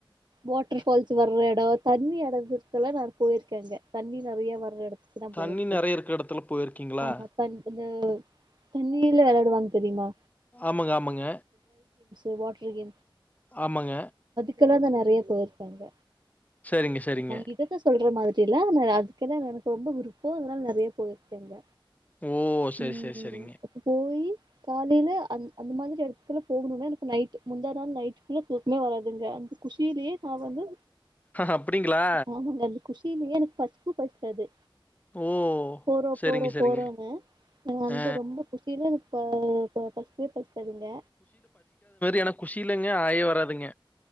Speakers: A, on the right; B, on the left.
A: வாட்டர் ஃபால்ஸ் வர்ற எட தண்ணி எடத்துதல்லா நா போயிருக்கேங்க தண்ணி நெறைய வர்ற எட நா
B: தண்ணி
A: போய்ருகே
B: நெறைய இருக்க எடத்துல போயிருக்கீங்களா
A: ஆஹ் <unintelligible> இந்த தண்ணீல விளையாடுவாங்க சரிமா
B: ஆமங்க ஆமங்க
A: ஒ வாட்டர் கே
B: ஆமங்க
A: இதுக்கெல்லாதா நெறையா போயிருக்காங்க
B: சரிங்க சரிங்க
A: ஆஹ் இதுதா சொல்ற மாரி <unintelligible> அதுக்குதா எனக்கு ரொம்ப புடிக்கு அதனால நெறைய போயிருக்கேங்க
B: ஓ சரி
A: உம்
B: சரி சரிங்க
A: அப்ப போயி காலையில அந் அந்த மாரி எடத்துல போகணும்னா எனக் நைட் முந்தா நாள் நைட்க்குள்ள தூக்கமே வராதுங்க குஷியிலேயே நா வந்து
B: அப்டிங்களா
A: ஆமங்க குஷிலயே எனக்கு பசிக்கு ப அது
B: ஓ
A: போறோ
B: சரிங்க
A: போறோ
B: சரிங்க
A: போறோன்னு வந்து
B: ஆ
A: ரொம்ப குசில எனக்கு ப பசிக்கவே பசிக்காதுங்க
B: எனக்கு குஷியிலங்க ஆய வராதுங்க